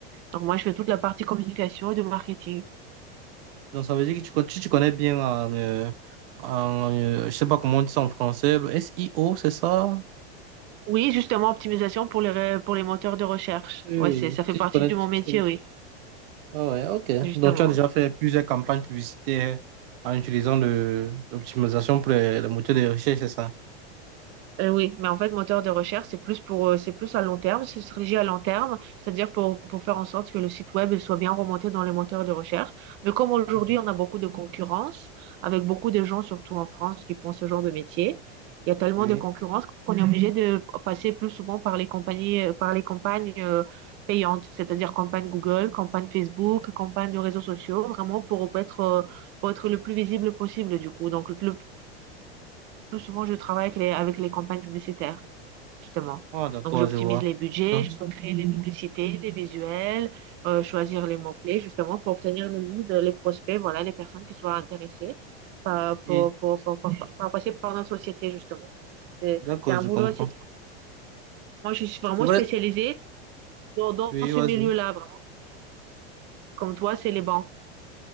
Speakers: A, on the right; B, on the right.
A: Donc moi, je fais toute la partie communication et de marketing.
B: Donc, ça veut dire que tu, con- si tu connais bien en, euh, en, euh, je sais pas comment on dit ça en français, le S I O c'est ça?
A: Oui, justement, optimisation pour les, ré- pour les moteurs de recherche.
B: Oui,
A: Ouais,
B: oui.
A: c'est, ça fait
B: Si
A: partie
B: tu connais,
A: de
B: tu-
A: mon métier,
B: tu connais-
A: oui,
B: Ah ouais, ok.
A: justement.
B: Donc, tu as déjà fait plusieurs campagnes publicitaires en utilisant le, l'optimisation pour les, les moteurs de recherche, c'est ça?
A: Euh, oui, mais en fait, moteur de recherche, c'est plus pour, euh, c'est plus à long terme, c'est une stratégie à long terme, c'est-à-dire pour, pour faire en sorte que le site web il soit bien remonté dans les moteurs de recherche. Mais comme aujourd'hui,
B: Mhm.
A: on a beaucoup de concurrence, avec beaucoup de gens, surtout en France, qui font ce genre de métier, il y a tellement
B: Oui.
A: de concurrence qu'on est obligé Mhm. de passer plus souvent par les compagnies, euh, par les campagnes euh, payantes, c'est-à-dire campagne Google, campagne Facebook, campagne de réseaux sociaux, vraiment pour être, euh, pour être le plus visible possible, du coup. Donc, le plus, le plus souvent, je travaille avec les, avec les campagnes publicitaires justement.
B: Ah, d'accord,
A: Donc, j'optimise
B: je vois.
A: les budgets,
B: Donc,
A: je peux créer les publicités, les visuels, euh, choisir les mots-clés, justement, pour obtenir les leads, les prospects, voilà, les personnes qui soient intéressées par,
B: et-
A: pour, pour, pour- pour- pour- pour passer par notre société, justement. C'est
B: d'accord,
A: c'est un
B: je
A: boulot
B: comprends.
A: assez... Moi, je suis vraiment
B: C'est vrai.
A: spécialisée dans, dans
B: Oui,
A: ce
B: vas-y.
A: milieu-là, vraiment. Comme toi, c'est les banques.